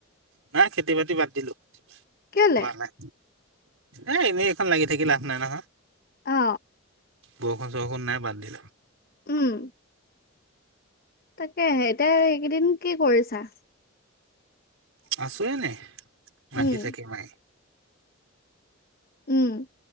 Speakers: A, on the right; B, on the left.
A: নাই খেতি বাতি বাদ দিলো
B: কেলে
A: কোৱা নাই। এ এনেই এখন লাগি থাকি লাভ নাই নহয়।
B: অ
A: বৰষুণ চৰষুণ নাই বাদ দিলোঁ।
B: উম তাকেহে এতিয়া এইকেইদিন কি কৰিছা?
A: আছো এনে মাখি
B: উম
A: চাখি মায়ি।
B: উম